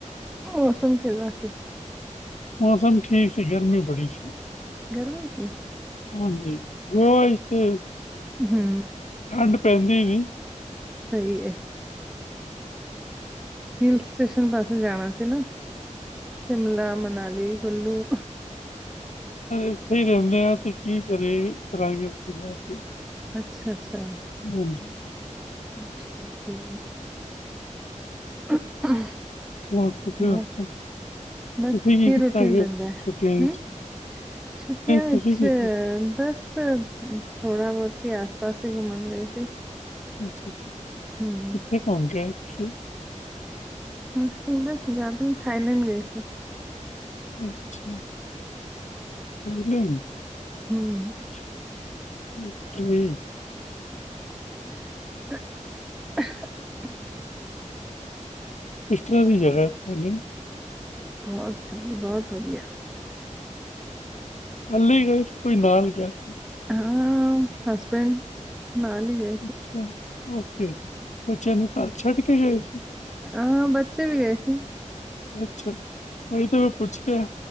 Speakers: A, in the centre; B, on the left.
A: ਮੌਸਮ ਕਿਵੇਂ ਦਾ ਸੀ?
B: ਮੌਸਮ ਠੀਕ ਸੀ ਗਰਮੀ ਬੜੀ ਸੀ।
A: ਗਰਮੀ ਚ ਈ।
B: ਹਾਂਜੀ ਗੋਆ ਵਿੱਚ ਤੇ।
A: ਹੂੰ,
B: ਠੰਡ ਪੈਂਦੀ ਨੀ।
A: ਸਈ ਏ। ਹਿਲ ਸਟੇਸ਼ਨ ਪਾਸੇ ਜਾਣਾ ਸੀ ਨਾ, ਸ਼ਿਮਲਾ, ਮਨਾਲੀ, ਕੁੱਲੂ
B: ਉੱਥੇ ਈ ਰਹਿੰਦੇ ਆ ਤੇ ਕੀ ਕਰੀਏ, ਕਰਾਈਏ ਉੱਥੇ ਜਾ ਕੇ।
A: ਅੱਛਾ-ਅੱਛਾ।
B: <inaudible>
A: ਹੋਰ ਠੀਕ ਏ ਜੀ। <inaudible>
B: ਹੋਰ ਤੁਸੀੇ
A: ਹੋਰ
B: ਦੱਸੋ? ਤੁਸੀਂ
A: ਬਸ
B: ਕੀ
A: ਫੇਰ
B: ਕੀਤਾ
A: ਰੋਟੀ ਨੂੰ ਦੇੰਦਾ ਹੈ,
B: ਛੁੱਟੀਆਂ ਵਿੱਚ
A: ਹੂ। ਛੁੱਟੀਆਂ ਵਿੱਚ
B: ਤੁਸੀਂ ਕੀ ਕੀਤਾ
A: ਬਸ ਥੋੜਾ ਬਹੁਤ ਈ ਆਸ-ਪਾਸ ਹੀ ਘੁੰਮਣ ਗ‌ਈ ਸੀ।
B: ਅੱਛਾ ਠੀਕ,
A: ਹਮ
B: ਕਿੱਥੇ ਘੁਮ ਕੇ ਆਏ ਤੁਸੀਂ।
A: ਅਸੀਂ ਬਸ ਜਾਦੂ ਥਾਈਲੈਂਡ ਗਏ ਸੀ।
B: ਅੱਛਾ, ਥਾਈਲੈਂਡ।
A: ਹੁੰ।
B: <inaudible>
A: <inaudible>
B: ਕਿਸ ਤਰ੍ਹਾਂ ਦੀ ਜਗ੍ਹਾ ਏ, ਥਾਈਲੈਂਡ?
A: ਬਹੁਤ ਚੰਗੀ, ਬਹੁਤ ਵਧੀਆ।
B: ਮੰਮੀ ਗ‌ਈ ਸੀ, ਕੋਈ ਨਾਲ ਗਿਆ ਸੀ।
A: ਹਾਂ, ਹਸਬੈਂਡ। ਨਾਲ ਈ ਗ‌ਏ।
B: ਅੱਛਾ, ਓਕੇ। ਬੱਚਿਆਂ ਨੂੰ ਘਰ ਛੱਡ ਕੇ ਗ‌ਏ ਸੀ।
A: ਆਹ ਬੱਚੇ ਵੀ ਗਏ ਸੀ।
B: ਅੱਛਾ, ਉਹੀ ਤੇ ਮੈਂ ਪੁੱਛ ਕਿਆ।